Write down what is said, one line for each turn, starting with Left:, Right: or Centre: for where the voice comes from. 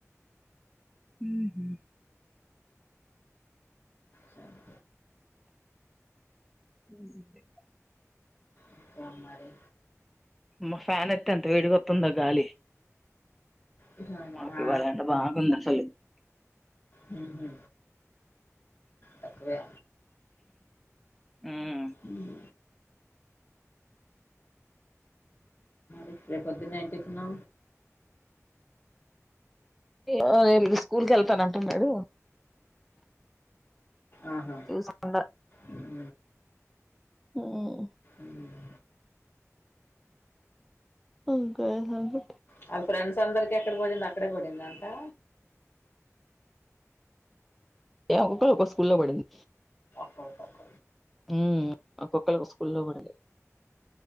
Centre: మ్మ్ హు
Left: సరే.
Centre: మ్ ముదే
Left: ఇంకా మరి.
Centre: మా ఫ్యాన్ ఎత్తే ఎంత వేడికత్తుందో గాలి,
Left: హ్మ్.
Centre: మాకు
Left: ఆ!
Centre: ఇవాళ ఎంత బాగుంది అసలు.
Left: హుహు. తక్కువే.
Centre: మ్మ్
Left: హ్మ్. ఇ రేపొద్దున్నే ఏం టిఫిను
Centre: ఆ ఇనిపిస్ స్కూల్ కెళ్తాన్న అంటున్నాడు
Left: ఆహా
Centre: చూసకుండ
Left: ఉమ్,
Centre: హుమ్
Left: ఉమ్.
Centre: ఇంకేం లేదు
Left: వాళ్ళ ఫ్రెండ్స్ అందరికి ఎక్కడ పడింది అక్కడే పడిందంటా
Centre: ఏ ఒక్కొక్కల్ ఒక్క స్కూల్లో పడింది
Left: ఇంటర్
Centre: హమ్ ఒక్కొక్కలకు ఒక్ స్కూల్లో పడింది